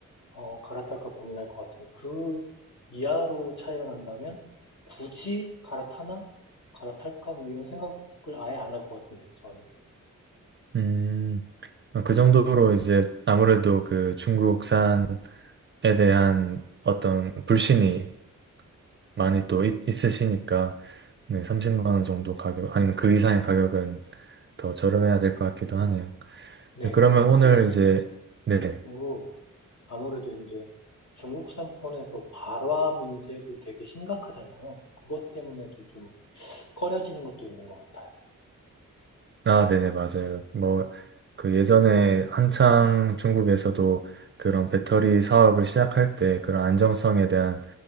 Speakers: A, on the left (about 60°); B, on the right (about 35°).
A: 어, 갈아탈까 고민할 것 같아요. 그 이하로 차이가 난다면 굳이 갈아타나? 갈아탈까? 뭐 이런 생각을 아예 안 할 것 같은데요, 저는.
B: 음. 어, 그 정도로 이제 아무래도 그 중국산에 대한 어떤 불신이 많이 또 있, 있으시니까 네, 30만 원 정도 가격 아니면 그 이상의 가격은 더 저렴해야 될 것 같기도 하네요.
A: 네,
B: 네, 그러면
A: 그것도
B: 오늘 이제 네,
A: 있고, 아무래도 이제 중국산 폰에서 발화 문제도 되게 심각하잖아요. 그것 때문에도 좀 꺼려지는 것도 있는 것 같아요.
B: 아, 네네 맞아요. 뭐 그 예전에 한창 중국에서도 그런 배터리 사업을 시작할 때 그런 안정성에 대한